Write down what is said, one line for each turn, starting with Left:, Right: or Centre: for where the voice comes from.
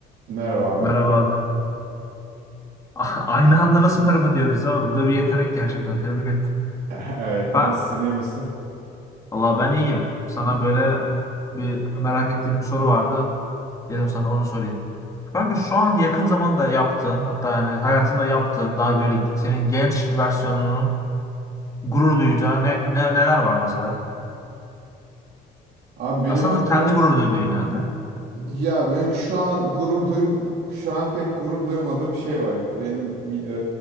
Right: Merhaba abi.
Left: Merhaba abi. <laughs> A- Aynı anda nasıl merhaba diyoruz abi? Bu da bir yetenek gerçekten. Tebrik ettim.
Right: <laughs> Evet, nasılsın,
Left: Ben,
Right: iyi misin?
Left: Allah ben iyiyim. Sana böyle bir merak ettiğim bir soru vardı. Dedim sana onu sorayım. Kanka şu an yakın zamanda yaptığın, hatta yani hayatında yaptığın daha böyle senin genç versiyonunun gurur duyacağı ne, ne- neler var mesela?
Right: Abi benim
Left: Aslında
Right: aklım
Left: kendi gurur duyduğun yani de.
Right: ya benim şu an gurur duyum şu an pek gurur duymadığım şey var. Benim e,